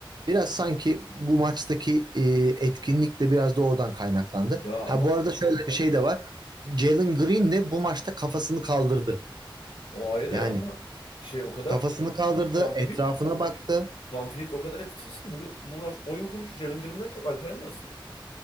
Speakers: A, on the right; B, on the left.
A: Biraz sanki bu maçtaki e, etkinlik de biraz da oradan kaynaklandı.
B: Ya
A: Ha
B: ama
A: bu arada şöyle bir şey de var. Jalen Green de bu maçta kafasını kaldırdı.
B: o ayrı
A: Yani
B: ama şey o kadar
A: Kafasını
B: etkisiz
A: kaldırdı,
B: Vanfleet.
A: etrafına baktı.
B: Vanfleet o kadar etkisiz ki bugün bu maç oyun kurucu Jalen Green'den çok Alperen de aslında.